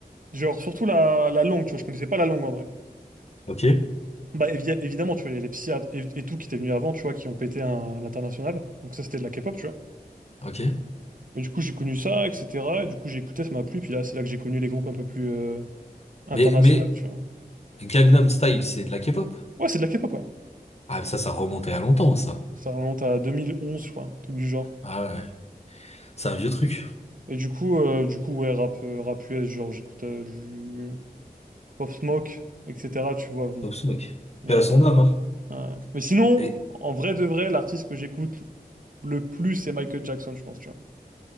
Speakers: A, on the right; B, on the left.
A: Genre, surtout la, la langue, tu vois, je connaissais pas la langue en vrai.
B: ok,
A: Bah, évi- évidemment, tu vois, il y a les psychiatres et, et tout qui étaient venus avant, tu vois, qui ont pété un- à l'international. Donc ça, c'était de la K-pop, tu vois.
B: ok.
A: Mais du coup, j'ai connu ça, etc. Et du coup, j'ai écouté, ça m'a plu. Puis là, c'est là que j'ai connu les groupes un peu plus euh, internationaux,
B: Mais, mais
A: tu vois.
B: Gangnam Style, c'est de la K-pop?
A: Ouais, c'est de la K-pop, ouais.
B: Ah, ça, ça remontait à longtemps, ça.
A: Ça remonte à 2011, je crois, un truc du genre.
B: Ah ouais, c'est un vieux truc.
A: Et du coup, euh, du coup, ouais, rap, euh, rap US, genre, j'écoute euh, du... Pop Smoke, etc. Tu vois, bon.
B: Pop Smoke.
A: Ouais,
B: Paix à son âme, hein.
A: ouais. Mais sinon,
B: Et-
A: en vrai de vrai, l'artiste que j'écoute le plus, c'est Michael Jackson, je pense, tu vois.